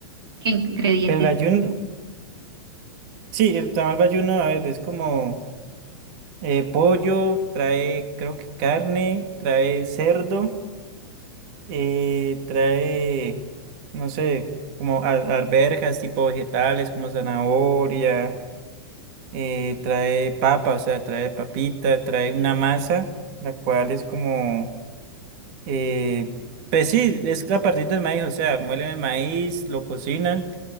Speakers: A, on the right (about 90°); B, on the right (about 50°).
A: ¿Qué ingrediente
B: El bayuno,
A: tiene?
B: sí, el tamal bayuno, a ver, es como eh, pollo, trae, creo que carne, trae cerdo, eh, trae, no sé, como al- alberjas, tipo vegetales, como zanahoria, eh, trae papa, o sea, trae papita, trae una masa, la cual es como, eh, pues sí, es a partir del maíz, o sea, muelen el maíz, lo cocinan,